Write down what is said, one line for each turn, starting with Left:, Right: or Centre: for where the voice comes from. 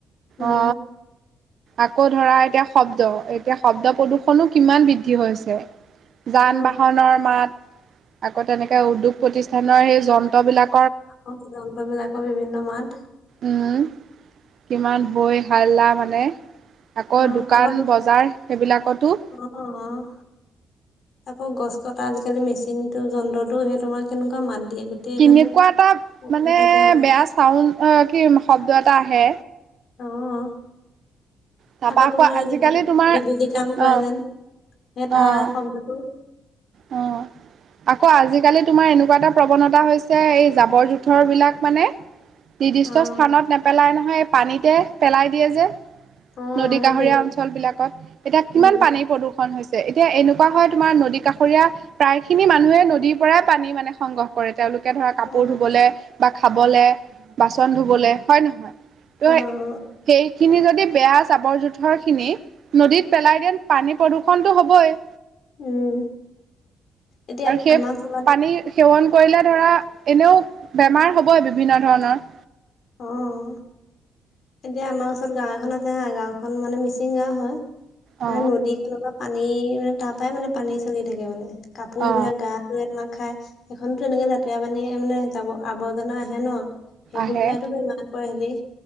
Left: উম
Right: অ আকৌ ধৰা এতিয়া শব্দ এতিয়া শব্দ প্ৰদূৰ্ষনো কিমান বৃদ্ধি হৈছে যান
Left: অ
Right: বাহনৰ মাত আকৌ তেনেকে উদ্যোগ প্ৰতিষ্ঠানৰ সেই যন্ত্ৰবিলাক
Left: আকৌ যন্ত্ৰবিলাকৰ বিভিন্ন মাত
Right: উম কিমান বৈ হালা মানে আকৌ
Left: অ'
Right: দোকান
Left: আগত
Right: বজাৰ সেইবিলাকতো
Left: অ' আকৌ গছ কটা আজিকালি মেচিনতটো যন্ত্ৰটো সেই তোমাৰ কেনেকুৱা মাত দিয়ে গোটেইখন
Right: কেনেকুৱা এটা
Left: কঁপি
Right: মানে
Left: থাকে অ'
Right: বেয়া চাউণ্ড কি শব্দ এটা আহে
Left: অ'
Right: তাৰপা
Left: আকৌ তোমাৰ হেৰি
Right: আজিকালি
Left: যেন
Right: তোমাৰ
Left: বিজুলী কাম কৰে
Right: অ',
Left: যেন হে
Right: অ',
Left: তাৰ শব্দটো
Right: অ আকৌ আজিকালি তোমাৰ এনেকুৱা এটা প্ৰৱণতা হৈছে এই জাবৰ জোথৰ বিলাক মানে নিৰ্দিষ্ট
Left: অ'
Right: স্থানত নেপেলাই নহয় এই পানীতে পেলাই দিয়ে যে
Left: অ'
Right: নদী
Left: সেইটোৱে
Right: কাষৰীয়া অঞ্চল বিলাকত এতিয়া কিমান
Left: উম
Right: পানী প্ৰদূৰ্ষণ হৈছে এতিয়া এনেকুৱা হয় তোমাৰ নদী কাষৰীয়া প্ৰায় খিনি মানুহে নদীৰ পৰাই পানী মানে সংগ্ৰহ কৰে তেওঁলোকে ধৰা কাপোৰ
Left: অ'
Right: ধুবলে বা। খাবলে, বাচন ধুবলে হয় নহয় ত।
Left: অ'
Right: সেইখিনি যদি বেয়া জাবৰ জোথৰ খিনি নদীত পেলাই দেন পানী প্ৰদূষণ টো হবই।
Left: উম। এতিয়া
Right: আৰু সেই
Left: আমাৰ চোবাত
Right: পানী সেৱন। কৰিলে ধৰা এনেও বেমাৰ হবই বিভিন্ন ধৰণৰ।
Left: অ' এতিয়া আমাৰ ওচৰত গাঁও এখন আছে হা গাঁওখন মানে মিচিং গাওঁ হয় মানে
Right: অ
Left: নদী খনবা। পানী মানে তাৰ পৰাই মানে পানী চলি থাকে মানে কাপোৰ
Right: অ
Left: ধুৱে গা ধুৱে তোমাৰ খায়। সেইখনতো এনেকে লেতেৰা পানীয়ে মানে জাবৰ আৱৰ্জনা আহে ন। সেইবোৰ
Right: আহে
Left: খাইতো বেমাৰ পৰে হেতি।